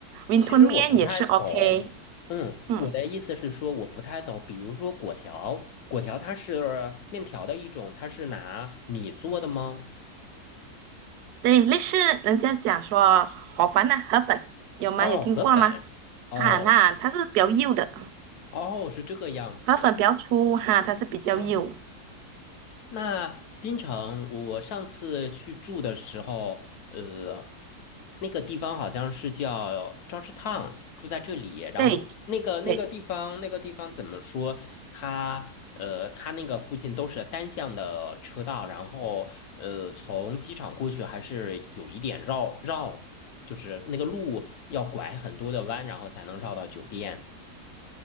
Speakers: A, on the right; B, on the left.
A: 云吞面也是
B: 其实我不太懂。
A: OK，
B: 嗯，
A: 嗯，
B: 我的意思是说我不太懂，比如说果条，果条它是面条的一种，它是拿米做的吗？
A: 对，类似人家讲说河粉呐、河粉有吗？
B: 哦，
A: 有听过吗？
B: 河粉。哦。
A: 哈，那它是比较幼的，
B: 哦，是这个样子
A: 河粉比较粗，哈，它是比较幼。
B: 啊。那槟城，我上次去住的时候，呃，那个地方好像是叫 Georgetown，住在这里。然后那个那个地方，
A: 对对，
B: 那个地方怎么说？它呃，它那个附近都是单向的车道，然后呃，从机场过去还是有一点绕绕，就是那个路要拐很多的弯，然后才能绕到酒店。